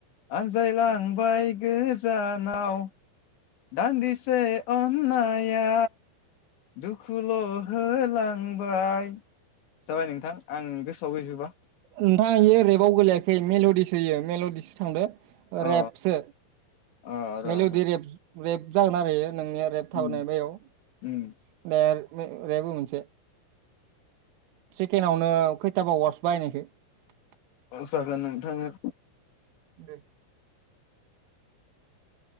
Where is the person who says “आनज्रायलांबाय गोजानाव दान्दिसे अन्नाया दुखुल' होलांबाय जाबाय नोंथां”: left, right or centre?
Left